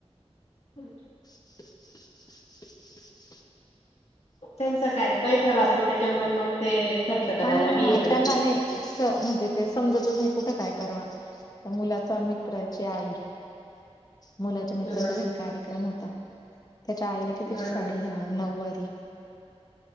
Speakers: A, on the left; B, on the left.
A: <inaudible>
B: <inaudible>
A: त्यांचा काय पैसा राहतो त्याच्यामुळे मग ते खर्च करायला
B: हा
A: बी हे करत
B: त्यांना
A: नाही
B: नाय स म्हणजे ते समजतच नाही कुठं काय करवा तर मुलाचा मित्राची आई. मुलाच्या मित्राचा
A: ह
B: घरी कार्यक्रम होता त्याच्या आईला कितीची
A: ह
B: साडी घ्यावा नऊवारी?